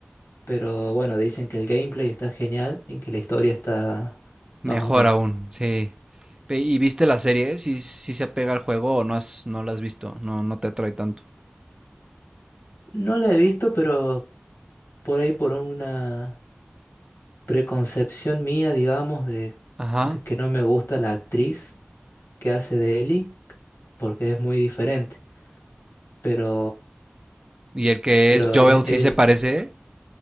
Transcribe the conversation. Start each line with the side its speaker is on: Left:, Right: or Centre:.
Left: pero bueno, dicen que el gameplay está genial y que la historia está más
Right: mejor
Left: o menos.
Right: aún, sí. Ve- ¿Y viste la serie? ¿Si, se apega al juego o no, has, no la has visto? No, no te atrae tanto.
Left: No la he visto, pero por ahí por una preconcepción mía, digamos, de,
Right: Ajá.
Left: de que no me gusta la actriz que hace de Ellie, porque es muy diferente. Pero,
Right: ¿Y el que
Left: pero
Right: es Joel
Left: es,
Right: sí
Left: es-
Right: se parece?